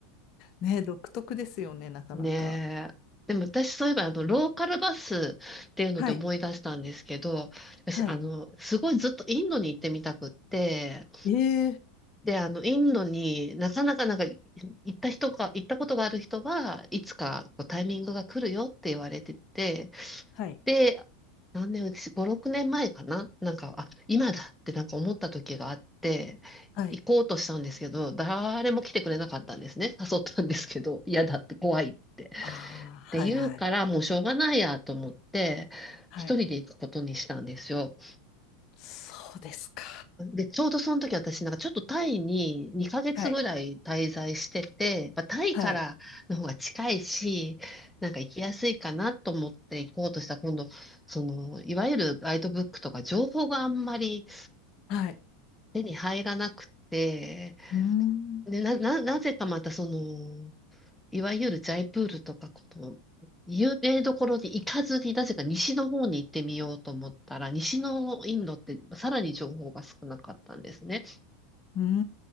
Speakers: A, on the left (about 50°); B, in the centre.
A: ね、独特ですよね、なかなか。
B: ねえ。でも私そういえば、あの、ローカルバスっていうので思い出したんですけど、
A: はい。
B: 私、
A: はい。
B: あの、すごいずっとインドに行ってみたくって、
A: ええ
B: で、あの、インドになかなかなんかい行った人か、行ったことがある人はいつかこうタイミングが来るよって言われてて、
A: はい。
B: で、何年、私、5、6年前かななんか、あ、今だってなんか思った時があって、
A: はい。
B: 行こうとしたんですけど、誰も来てくれなかったんですね。誘ったんですけど、嫌だって怖いって。
A: ああ、
B: って言うから、
A: はいはい。
B: もうしょうがないやと思って、
A: はい。
B: 一人で行くことにしたんですよ。
A: そうですか。
B: で、ちょうどその時私なんかちょっとタイに2ヶ月ぐらい滞在してて、
A: はい。
B: まあ、タイからの方が近いし、
A: はい。
B: なんか行きやすいかなと思って行こうとしたら今度、その、いわゆるガイドブックとか情報があんまり
A: はい。
B: 手に入らなくて、
A: うーん。
B: で、な、な、なぜかまたその、いわゆるジャイプールとか、この、有名どころに行かずに、なぜか西の方に行ってみようと思ったら、西のインドってさらに情報が少なかったんですね。
A: うー